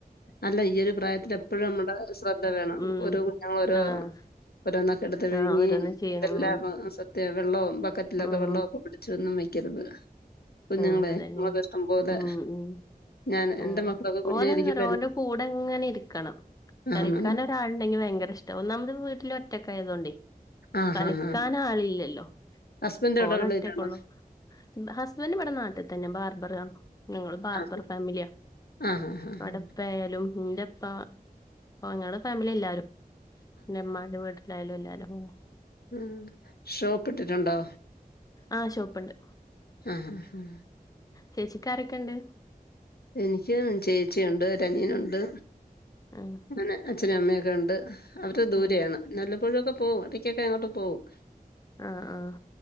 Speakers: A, on the left; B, on the left.
A: അല്ല ഇയ്യൊഒരു പ്രായത്തിലെപ്പഴും നമ്മുടെ സ്രദ്ധ വേണം
B: ഉം
A: ഓരോ കുഞ്ഞുങ്ങളോരോ
B: ആഹ്
A: ഓരോന്നൊക്കെടുത്ത് വിഴുങ്ങി
B: ആഹ് ഓരോന്ന് ചെയ്യണം
A: എന്തരെല്ലാം
B: ഉം
A: ആക്കും സ ത്തെ വെള്ളോം ബക്കറ്റ്ലൊക്കെ
B: ഉം
A: വെള്ളോക്കെ പിടിച്ച് ഒന്നും വെക്കരുത് കുഞ്ഞുങ്ങളെ
B: ആഹ് അതന്നെ
A: നിമക്കിഷ്ടം പോലെ
B: ഉം ഉം
A: ഞാൻ
B: ആഹ്
A: എന്റെ മക്കളൊക്കെ കുഞ്ഞാരിക്കും
B: ഓനെന്തറിയോ ഓന്റെ കൂടെങ്ങനെ ഇരിക്കണം കളിക്കാൻ
A: ആഹ്
B: ഒരാൾണ്ടെങ്കി ഭയ്ങ്കരഷ്ടാ ഒന്നാമത് വീട്ടില് ഒറ്റ ക്കായതുകൊണ്ടേ
A: ആഹ്
B: കളിക്കാൻ
A: ആഹ്
B: ആളില്ലല്ലോ
A: ഹസ്ബൻഡ്
B: പ്പോനൊറ്റക്കൊള്ളു
A: ഇവിടെ വെളിയിലാണോ
B: ഹസ്ബൻഡ് ഇവിടെ നാട്ടി തന്നെ ബാർബർ ആഹ് ഞങ്ങള് ബാർബർ
A: ആ
B: ഫാമിലിയാ
A: ആ ഹാ ഹാ
B: ഇവിടെ
A: ഹാ
B: ഇപ്പ്യായാലും ന്റെ ഉപ്പ ങ്ങളടെ ഫാമിലി എല്ലാരും പിന്നെ ഇമ്മാൻ്റെ വീട്ടിലായാലും എല്ലാരും ഹും
A: ഉം ഷോപ്പ് ഇട്ടിട്ടുണ്ടോ
B: ആഹ് ഷോപ്പിണ്ട്
A: ഹും
B: ചേച്ചിക്കാരൊക്കെണ്ട്
A: എനിക്കും ചേച്ചിയുണ്ട് ഒരനിയനുണ്ട്
B: ആഹ്
A: അങ്ങനെ അച്ഛനും അമ്മെയൊക്കെണ്ട് അവരു ദൂരെയാണ്
B: ആഹ്
A: നല്ല പ്പൊഴൊക്കെ പോവും ഇടക്കൊക്കെ അങ്ങോട്ട് പോവും
B: ആഹ് ആഹ്